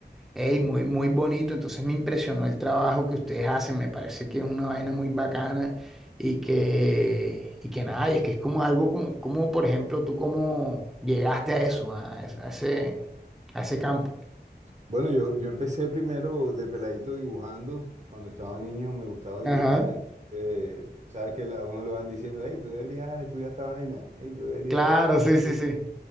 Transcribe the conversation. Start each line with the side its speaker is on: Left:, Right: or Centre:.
Centre: Ey,
Right: Sí.
Centre: muy, muy bonito. Entonces me impresionó el trabajo que ustedes hacen. Me parece que es una vaina muy bacana y que, y que nada, y es que es como algo como, como, por ejemplo, tú cómo llegaste a eso, a, es- a ese, a ese campo.
Right: Bueno, yo, yo empecé primero de peladito dibujando. Cuando estaba niño me gustaba
Centre: Ajá.
Right: dibujar. Entonces, sabes que a uno le van diciendo, hey, tú deberías estudiar esta vaina. Hey, tú deberías
Centre: Claro,
Right: hacer...
Centre: sí, sí, sí.